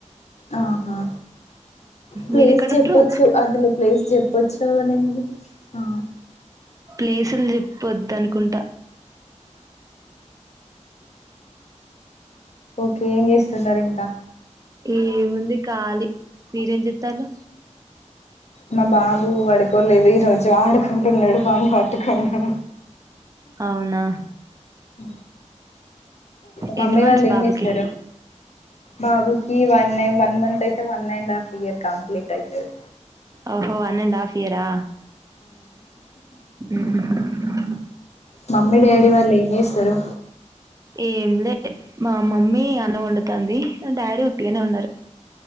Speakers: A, on the left; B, on the right.
A: ఆహా ప్లేస్
B: మీరెక్కడుంట్రు
A: చెప్పోచ్చు అందులు ప్లేస్ చెప్ పోచ్చు అనుంది ఆ
B: ప్లేసులు చెప్పిపోద్దనుకుంటా
A: ఓకే ఏం చేస్తున్నారు ఇంకా
B: ఏముంది ఖాలి మీరేం చెత్తాలు
A: మా బాబు పడుకోలేదు ఈ రోజు ఆడుకుంటున్నాడు పని పట్టుకోను
B: అవునా
A: అ మామ్మి
B: ఎన్ని మంత్స్
A: వాళ్ళు ఏం
B: బాబుకి
A: చేస్తారు బాబుకి వన్ వన్ మంత్ అయితే one and half year complete అయితది
B: ఓహో వన్ అండ్ హాఫ్ ఇయరా మ్ హు
A: మమ్మీ డాడి వళ్ళు ఎం చేస్తారు
B: ఏం లే మా మమ్మీ అన్నం వండుతది డాడీ ఉట్టిగానే ఉన్నారు